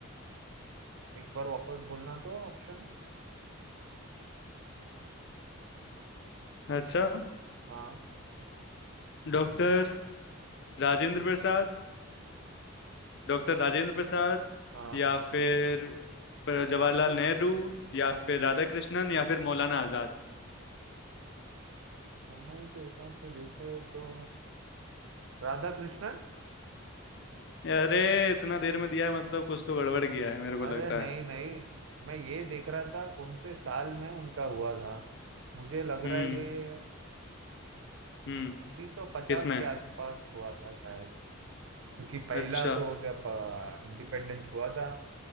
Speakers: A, on the right; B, on the left.
A: एक बार वापस बोलना तो ऑप्शन
B: अच्छा
A: हाँ
B: डॉक्टर
A: ओ-
B: राजेंद्र प्रसाद डॉक्टर
A: ओ-
B: राजेंद्र प्रसाद
A: हाँ
B: या फिर जवाहरलाल नेहरू या फिर राधा कृष्णन या फिर मौलाना आजाद
A: समय के हिसाब से देखे तो राधा कृष्ण
B: अरे इतना देर में दिया है मतलब कुछ तो गड़बड़ किया है मेरे को
A: अरे
B: लगता
A: नहीं
B: है
A: नहीं मैं ये देख रहा था कौन से साल में उनका हुआ था मुझे लग रहा
B: हम्म
A: है ये
B: हम्म
A: 1950
B: किसमें
A: के आसपास हुआ था शायद क्योंकि पहला
B: अच्छा
A: तो जब इंडिपेंडेंस हुआ था